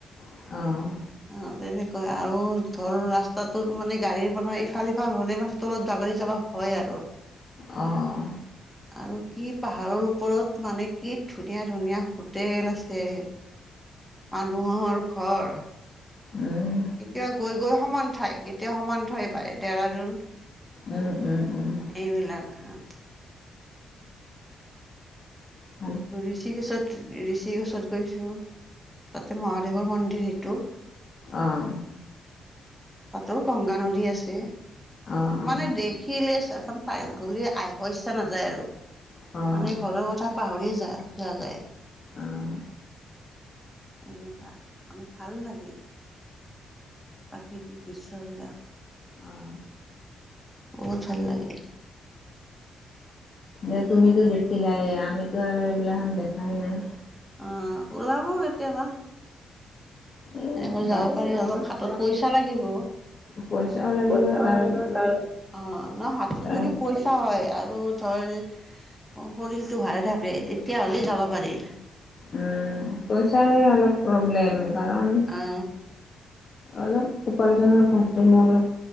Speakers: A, on the left; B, in the centre.
A: অ',
B: অঁ, তেনেকুৱা আৰু ধৰ ৰাস্তাটোত মানে গাড়ীৰ মানে ইফাল সিফাল হ'লে মানে তলত জাগৰি যাৱা হয় আৰু।
A: অঁ
B: আৰু কি পাহাৰৰ ওপৰত মানে কি ধুনীয়া ধুনীয়া হোটেল আছে। মানুহৰ ঘৰ,
A: উম,
B: এতিয়া গৈ গৈ সমান ঠাই। এতিয়া সমান ঠাই পায় ডেৰাডোন।
A: উম উম উম।
B: এইবিলাক হাঁত
A: উম
B: ঋষিকেষত ঋষিকেষত গৈছো, তাতে মহাদেৱৰ মন্দিৰ সেইটো।
A: অঁ
B: তাতোও গংগা নদী আছে।
A: অ',
B: মানে দেশ দেখিলে গলে ছেভেন ফাইভ গলে আহিব ইচ্ছা নাযায় আৰু।
A: অ', অ',
B: মানে ঘৰৰ কথা পাহৰিয়ে যা যোৱা যায়।
A: উম
B: এনেকুৱা, মানে ভাল লাগে। প্ৰাকৃতিক দৃশ্যবিলাক।
A: অঁহ
B: বহুত ভাল লাগে।
A: এ তুমিতো দেখিলাই, আমিতো আৰু এইবিলাকখন দেখাই নাই।
B: অঁ, ওলাব কেতিয়াবা।
A: এই
B: এনেকৈ
A: বাচ্ছা
B: যাব পাৰি, অলপ হাতত পইচা লাগিব।
A: পইচাও লাগিব
B: পইচা
A: তাৰোপৰি
B: লাগিব তাৰ, অঁ হাতত
A: তাৰ
B: যদি পইচা হয়, আৰু ধৰ শৰীৰটো ভাল থাকে তেতিয়া হ'লে যাব পাৰি।
A: উম, পইচাৰে অলপ প্ৰব্লেম কাৰণ
B: অ
A: অলপ উপাৰ্জনৰ কথটো মোৰ।